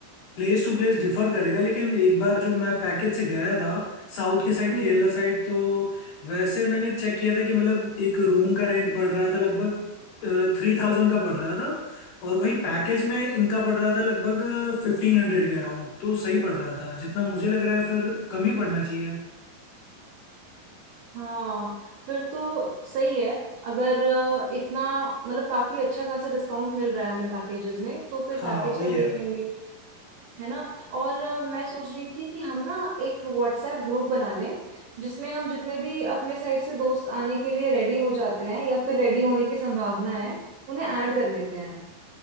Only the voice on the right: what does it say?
हम्म
हाँ फिर तो सही है अगर अ, इतना मतलब काफी अच्छा खासा डिस्काउंट मिल रहा है हमें पैकेजेस में तो फिर
पैकेज
का
देख लेंगे है ना और अ, मैं सोच रही थी कि हम ना एक व्हाट्सएप ग्रुप बना लें जिसमें हम जितने भी अपने साइड से दोस्त आने के लिए रेडी हो जाते हैं या फिर रेडी होने की संभावना है उन्हें ऐड कर लेते हैं